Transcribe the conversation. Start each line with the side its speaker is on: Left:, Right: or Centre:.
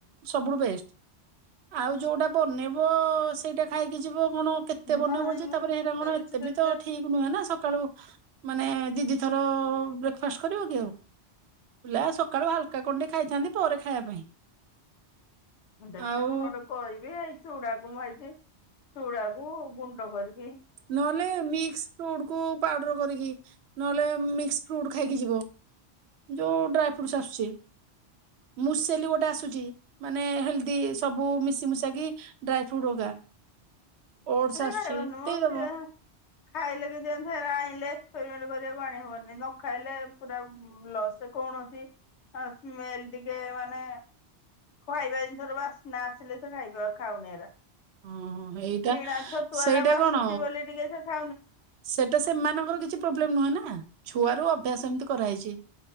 Right: ସବୁଠୁ ବେଷ୍ଟ ଆଉ ଯୋଉଟା ବନେଇବ ସେଇଟା ଖାଇ ଯିବ କଣ କେତେ ବନେଇବ
Left: ନାହିଁ
Right: ଯେ
Left: ମ
Right: ତାପରେ ହେଇରାଙ୍ଗଣ
Left: ଅଲଗା
Right: ଏତେ
Left: କିଛି ଦେଖିବା
Right: ବି ତ ଠିକ ନୁହେଁ ନା ସକାଳୁ। ମାନେ। ଦିଦି ଥର ବ୍ରେକ୍ଫାଷ୍ଟ କରିବ କି ଆଉ। ପିଲା ସକାଳୁ ହାଲକା କଣ୍ଡେ ଖାଇଥାନ୍ତି ପରେ ଖାଇବା ପାଇଁ
Left: ଏଣ୍ଡକା
Right: ଆଉ
Left: ନ ନୋଟେ କହିବ ଆାଇ ଚୁଡ଼କ ଭାଇଜି। ଚୁଡାକୁ ଗୁଣ୍ଡ କରି
Right: ନହେଲେ ମିକ୍ସ ଫ୍ରୁଟ୍। କୁ ପାଉଡର କରିକି ନହେଲେ ମିକ୍ସଫ୍ରୁଟ ଖାଇକୀ ଯିବ ଯୋଉ ଡ୍ରାଏଫ୍ରୁଟସ୍ ଆସୁଚି। ମୁଁସଲି ଗୋଟେ ଆସୁଛି। ମାନେ ହେଲ୍ଦି ସବୁ ମିଶିମୁଶା କିି ସବୁ ଡ୍ରାଇଫ୍ରୁଟ୍ ରଗା। ଓଡସ ଆସୁଛି।
Left: ଖାଇବନି ହଁ
Right: ଦେଇଦବ।
Left: ସେ ଖାଇଲେ କି ଯେମ ଆଣିଲେ। କରିବାକୁ ଆଣି ହବନି ନ ଖାଇଲେ ପୁରା ସେ କୌଣସି ସ୍ମେଲ ଟିକେ ମାନେ ଖାଇବା ଜିନିଷର ବାସ୍ନା ଆସିଲେ ସେ ଖାଇବା ଖାଉନି।
Right: ହଁ ହ ଏଇଟା।
Left: ଣା ଛତୁଆରା
Right: ସେଇଟା
Left: ବାସୁଛି
Right: କଣ
Left: ବୋଲି ଟିକେ ସେ ଖା।
Right: ସେଟା ସେମାନଙ୍କର କିଛି ପ୍ରୋବ୍ଲେମ ନୁହଁ ନା। ଛୁଆ ର ଅଭ୍ୟାସ ଏମିତି କରାହେଇଛି